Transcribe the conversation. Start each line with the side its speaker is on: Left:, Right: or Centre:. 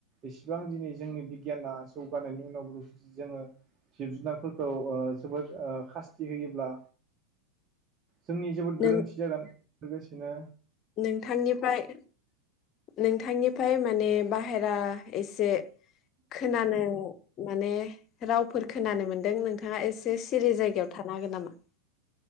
Right: एसेबां दिनै जोंनि बिगियाना जौगानायनि उनावबो जोङो जिब-जुनारफोरखौ ओ जोबोद ओ खास्ति होयोब्ला जोंनि जोबोद
Left: नों
Right: गोरोन्थि जागोन लोगोसे दिनो
Left: नोंथांनिफ्राय नोंथांनि फाय माने बाहेरा एसे खोनानो माने रावफोर खोनानो मोन्दों नोंथाङा ए सिरि जायगायाव थानो हागोन नामा।